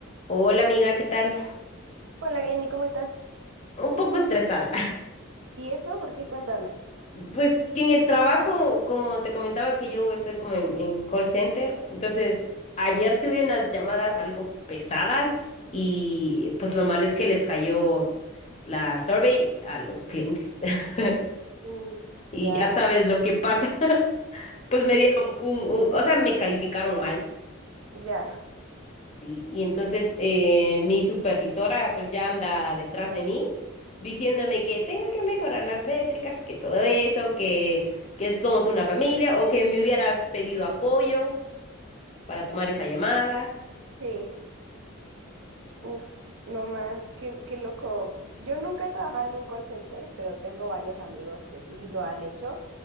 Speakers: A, on the left (about 30°); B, on the right (about 75°).
A: Hola amiga, ¿qué tal?
B: Hola Glenny, ¿cómo estás?
A: Un poco estresada.
B: ¿Y eso? ¿Por qué? Cuéntame.
A: <laughs> Pues en el trabajo, como te comentaba que yo estoy como en, en call center, entonces ayer tuve unas llamadas algo pesadas y pues lo malo es que les cayó la survey a los clientes. <laughs>
B: Mm,
A: Y
B: ya,
A: ya sabes lo que pasa. <laughs> Pues me
B: sí,
A: dieron un, un- o sea, me calificaron mal.
B: Ya,
A: Sí, y entonces eh, mi supervisora pues ya anda detrás de mí diciéndome que tengo que mejorar las métricas y que todo eso, que, que somos una familia o que me hubieras pedido apoyo para tomar esa llamada.
B: sí. Uf, no más, qué, qué loco. Yo nunca he trabajado en un call center, pero tengo varios amigos que sí lo han hecho